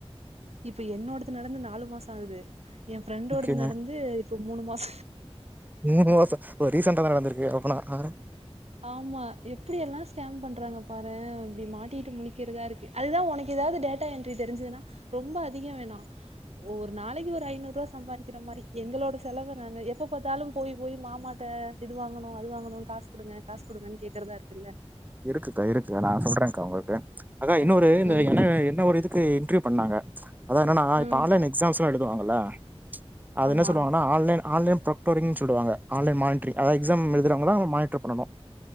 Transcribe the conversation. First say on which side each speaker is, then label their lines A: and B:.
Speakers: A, on the right (about 80°); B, on the right (about 15°).
A: இப்ப என்னோடது நடந்து நாலு மாச ஆகுது எ ஃப்ரெண்டோடது
B: ஓகேங்க
A: நடந்து இப்ப மூனு மாச
B: மூனு மாசொ ப்ப ரீசன்டாதா நடந்திருக்கு அப்பனா அ
A: ஆமா எப்டி எல்லா ஸ்கேம் பண்றாங்க பாரே இப்டி மாட்டிட்டு முழிக்கிறதாருக்கு அதுதா ஒனக்கெ தாவது டேட்டா என்ட்ரி தெரிஞ்சுதுன்னா ரொம்ப அதிக வேணா ஒரு நாளைக்கு ஒரு ஐநூரூவா சம்பாரிக்கிற மா ரி எங்களோட செலவ நாங்க எப்ப பாத்தாலும் போய் போய் மாமாட்ட இது வாங்கணு அது வாங்கணு காசு குடுங்க காசு குடுங்கன் கேக்கறதாருக்குல்ல.
B: இருக்குக்கா இருக்கு நா சொல்றேங்க்கா உங்களுக்கு அதா இன்னொரு இந்த
A: ம்,
B: என என்ன ஒரு இதுக் கு இன்ட்ரிவ் பண்ணாங்க அதா என்னனா
A: ம்.
B: இப்ப ஆன்லைன் எக்ஸாம்ஸ்லா எழுதுவாங்கல்ல அது
A: ஆமா.
B: என்ன சொல்லுவாங்கன்னா ஆன்லைன் ஆன்லைன் ப்ரொகோடிங் சொல்டுவாங்க ஆன்லைன் மான்ட்ரி அதாது எக்ஸாம் எழுதுறவங்கதா அவுங் மானிட்ர் பண்ணனு